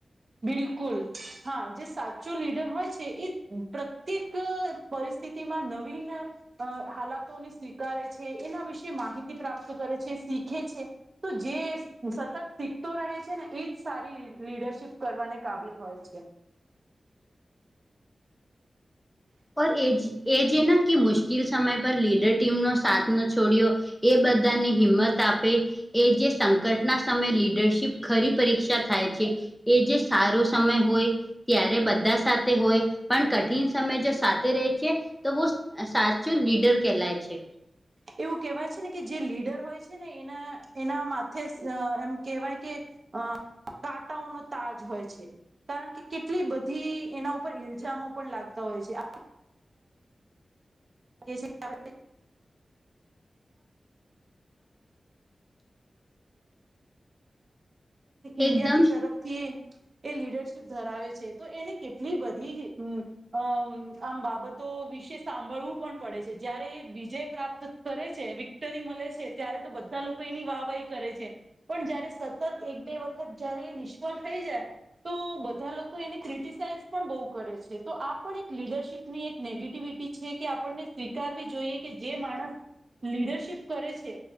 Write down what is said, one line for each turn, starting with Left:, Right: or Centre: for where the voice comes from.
Right: બિલકુલ હા જે સાચો લીડર હોય છે એ પ્રત્યેક પરિસ્થિતિમાં નવીન અ હાલાતોને સ્વીકારે છે એના વિશે માહિતી પ્રાપ્ત કરે છે શીખે છે તો જે સતત શીખતો રહે છે ને એજ સારી લીડરશીપ કરવાને કાબિલ હોય છે
Centre: પર એજ એ જેને કે મુશ્કેલ સમય પર લીડર ટીમનો સાથ ન છોડ્યો એ બધાને હિંમત આપે એ જે સંકટના સમય લીડરશીપ ખરી પરીક્ષા થાય છે એ જે સારો સમય હોય ત્યારે બધા સાથે હોય પણ કઠિન સમય જો સાથે રહી છે તોવો સાચો લીડર કેલાય છે
Right: એવું કહેવાય છે ને કે જે લીડર હોય છે ને એના એના માથે એમ કેહેવાય કે અ કાંટાઓનો તાજ હોય છે કારણ કે કેટલી બધી એના ઉપર ઇલ્જામો પણ લાગતા હોય છે આ કે છે આપડે ઇન્ડિયા
Centre: એકદમ
Right: ની તરફ થી એ લીડરશીપ ધરાવે છે તો એને કેટલી બધી અમ આમ બાબતો વિશે સાંભળવું પણ પડે છે જયારે વિજય પ્રાપ્ત કરે છે વિક્ટરી મળે છે ત્યારે તો બધા લોકો એની વાહ વાહી કરે છે પણ જયારે સતત એક બે વખત જયારે નિષ્ફળ થઈ જાય તો બધા લોકો એને ક્રિટસાઈઝ પણ બહુ કરે છે તો આ પણ એક લીડરશીપ ની એક નેગેટિવિટી છે કે આપણને સ્વીકારવી જોઈએ કે જે માણસ લીડરશીપ કરે છે